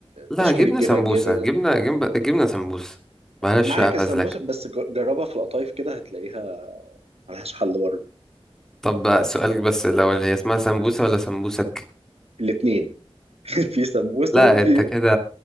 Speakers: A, in the centre; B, on the right (about 75°).
A: لا
B: تشكيل
A: جبنة
B: الجبن
A: سمبوسة
B: كده
A: جبنة جبنة جبنة سمبوسة معلش
B: معاك
A: بقى
B: السمبوسك
A: فازلك
B: بس ج- جربها في القطايف كده هتلاقيها ملهاش حل برضه
A: طب بقى سؤالك بس الأول هي اسمها سمبوسة ولا سمبوسك
B: الاتنين <laughs> في سمبوسه
A: لا
B: وفي
A: انت كده